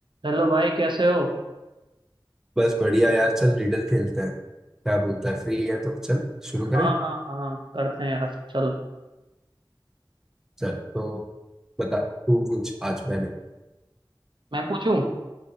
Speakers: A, on the right; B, in the centre.
A: Hello भाई कैसे हो
B: बस बढ़िया यार चल रिडल खेलते हैं क्या बोलता है फ्री है तो चल शुरू
A: हाँ
B: करें
A: हाँ हाँ हाँ करते हैं यार चल
B: चल तो बता तू पूछ आज मैंने
A: मैं पूछूं